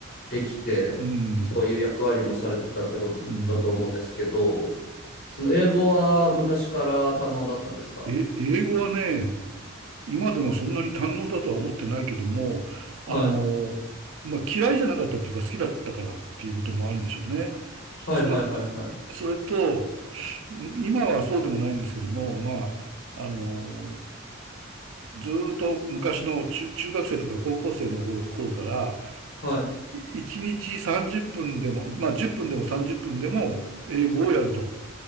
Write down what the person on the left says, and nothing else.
できて、
そういう役割もされてたってことだと思うんですけど、
その英語は昔から堪能だったんですか
はい。
はいはいはいはい。
はい。